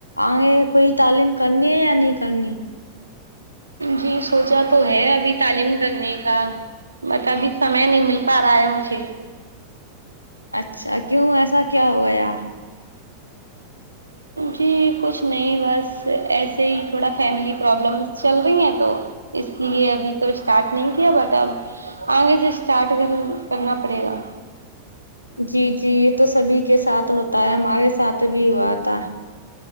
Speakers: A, on the left; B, on the right.
A: آگے کوئی تعلیم کرنی ہے یا نہیں کرنی
B: جی سوچا تو ہے ابھی تعلیم کرنے کا بٹ ابھی سمے نہیں مل پا رہا ہے مجھے
A: اچھا کیوں ایسا کیا ہو گیا <unintelligible>
B: جی کچھ نہیں بس ایسے ہی تھوڑا فیملی پرابلمس چل رہی ہیں تو اس لیے ابھی تو اسٹارٹ نہیں کیا بٹ اب آگے سے اسٹارٹ کر کرنا پڑے گا
A: جی جی یہ تو سبھی کے ساتھ ہوتا ہے ہمارے ساتھ بھی ہوا تھا